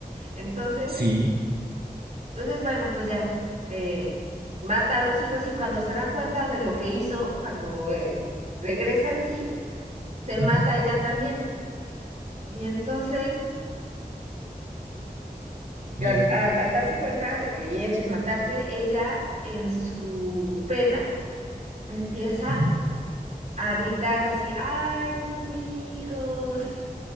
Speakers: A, on the right; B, on the right.
A: Entonces,
B: Sí.
A: Entonces, bueno, pues ya, eh, mata a los hijos y cuando se da cuenta de lo que hizo, cuando eh, regresa en sí, se mata
B: ujú,
A: ella también. Y entonces, al,
B: Ya.
A: al- al darse cuenta de- y eso y matarse, ella en su pena empieza
B: ujú.
A: a gritar así, ¡ay, mis hijos!